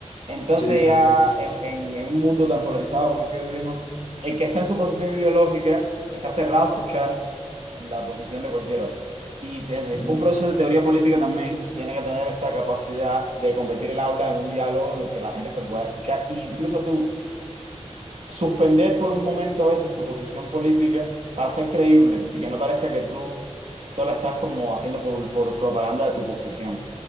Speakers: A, on the right; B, on the left.
A: Entonces
B: Sí, sí,
A: ya
B: sí.
A: en, en- en un mundo tan polarizado como el que vivimos, el que está en su posición ideológica está cerrado a escuchar la posición de cualquier otro. Y entonces,
B: Ujú.
A: un profesor de teoría política también tiene que tener esa capacidad de convertir el aula en un diálogo en el que la gente se pueda escuchar e incluso tú suspender por un momento a veces tu posición política para ser creíble y que no parezca que tú solo estás como haciendo por por propaganda de tu posición